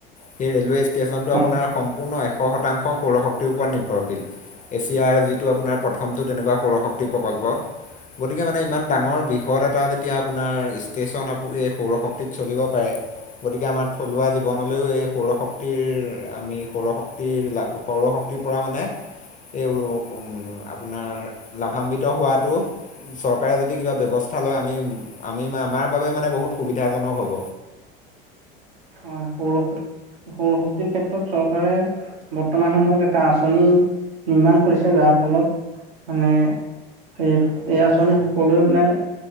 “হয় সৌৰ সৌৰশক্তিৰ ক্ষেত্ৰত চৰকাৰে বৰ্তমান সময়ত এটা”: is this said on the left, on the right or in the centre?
Right